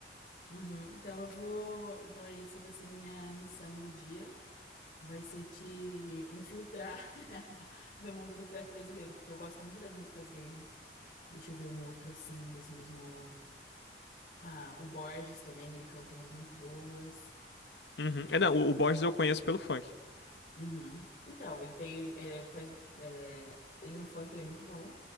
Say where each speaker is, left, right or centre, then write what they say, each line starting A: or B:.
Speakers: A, on the left (about 45°); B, on the left (about 75°).
A: Uhum, Então eu vou. Então esse vai ser minha missão do dia. Vai ser te infiltrar <laughs> no mundo do trap brasileiro, porque eu gosto muito das músicas dele. Deixa eu ver um outro assim, desse mesmo. Ah, o Borges também, ele canta umas muito boas.
B: Uhum. É, não, o, o Borges eu conheço pelo funk.
A: Uhum. Então, ele tem. é, faz, é, ele no funk ele é muito bom,